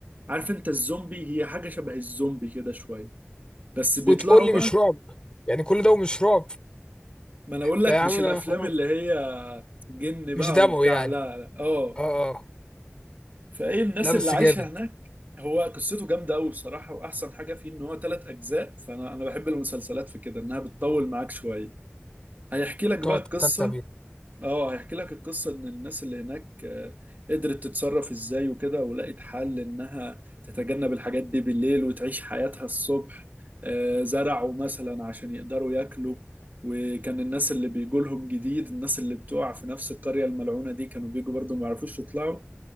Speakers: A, on the right; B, on the left.
A: عارف انت الزومبي هي حاجة شبه الزومبي كده شوية بس بيطلعوا
B: وتقول لي
A: بقى
B: مش رعب يعني كل ده ومش رعب
A: ما انا اقول لك
B: ده يا عم
A: مش الافلام
B: خلاص
A: اللي هي جن
B: مش
A: بقى
B: دموي
A: وبتاع
B: يعني
A: لا لا اه
B: اه اه
A: فايه الناس
B: لا بس
A: اللي عايشه
B: جامد
A: هناك هو قصته جامده قوي بصراحه واحسن حاجه فيه ان هو ثلاث اجزاء فانا انا بحب المسلسلات في كده انها بتطول معاك شويه هيحكي لك بقى
B: تقعد
A: القصه
B: تستمتع بيه
A: اه هيحكي لك القصة ان الناس اللي هناك آه، قدرت تتصرف ازاي وكده ولقت حل انها تتجنب الحاجات دي بالليل وتعيش حياتها الصبح آه، زرعوا مثلا عشان يقدروا ياكلوا وكان الناس اللي بيجولهم جديد الناس اللي بتقع في نفس القرية الملعونة دي كانوا بيجوا برضو ما يعرفوش يطلعوا